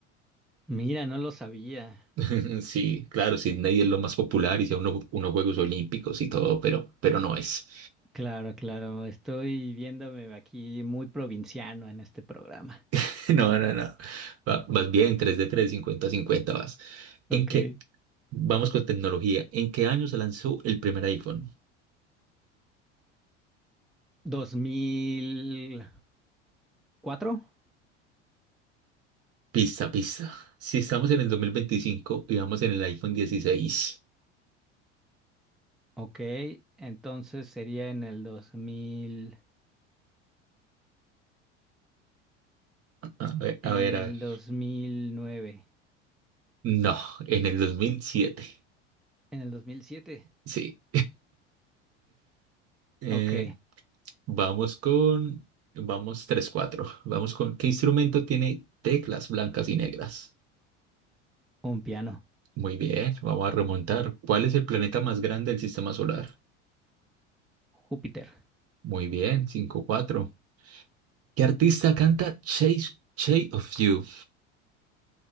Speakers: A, in the centre; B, on the right.
A: mira, no lo sabía.
B: <laughs> Sí, claro, Sydney es lo más popular y sea uno, unos Juegos Olímpicos y todo, pero, pero no es.
A: Claro, claro, estoy viéndome aquí muy provinciano en este programa.
B: <laughs> No, no, no. Va- vas bien, 3 de tres, cincuenta cincuenta vas. ¿En
A: Ok.
B: qué? Vamos con tecnología. ¿En qué año se lanzó el primer iPhone?
A: ¿dos mil cuatro?
B: Pista, pista. Si estamos en el 2025 y vamos en el iPhone 16.
A: Ok, entonces sería en el 2000,
B: A ver,
A: en
B: a ver,
A: el
B: a ver.
A: 2009,
B: No, en el 2007.
A: en el 2007.
B: Sí. Eh,
A: Ok,
B: vamos con... Vamos tres cuatro. Vamos con... ¿Qué instrumento tiene teclas blancas y negras?
A: un piano.
B: Muy bien, vamos a remontar. ¿Cuál es el planeta más grande del sistema solar?
A: Júpiter.
B: Muy bien, Cinco cuatro. ¿Qué artista canta Chase, Shape of You?